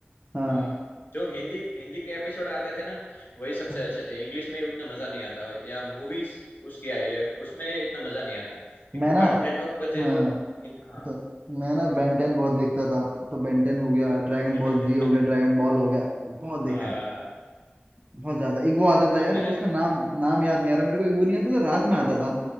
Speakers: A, on the right; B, on the left.
A: हाँ
B: हाँ जो हिंदी हिंदी के एपिसोड आते थे ना वही सबसे
A: हाँ।
B: अच्छे थे इंग्लिश में उतना मजा नहीं आता या मूवीज उसकी आई है उसमें इतना मजा नहीं आता लेकिन
A: मैं ना
B: कार्टून नेटवर्क पर जो
A: हाँ
B: हिंद हाँ
A: तो मैं ना बेंटेन बहुत देखता था तो बेंटेन हो गया ड्रैगन
B: <laughs>
A: बॉल जी हो गया ड्रैगन बॉल हो गया बहुत देखा
B: हाँ,
A: है बहुत ज्यादा एक वो आता था
B: वो
A: यार
B: मैंने
A: वो उसका नाम नाम
B: हाँ,
A: याद नहीं आ रहा मेरे को एक वो नहीं आता था रात में आता था